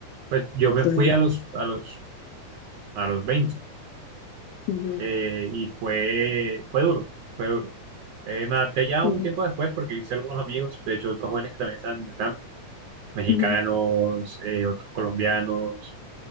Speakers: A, on the right; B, on the left.
A: pues yo me
B: Sí.
A: fui a los, a los, a los 20
B: Ujú,
A: eh, y fue, fue duro, fue duro. Eh, me adapté ya
B: ujú,
A: un tiempo después porque hice algunos amigos, de hecho otros jóvenes que también estaban en intercambio, mexicanos,
B: ujú,
A: eh, otros colombianos.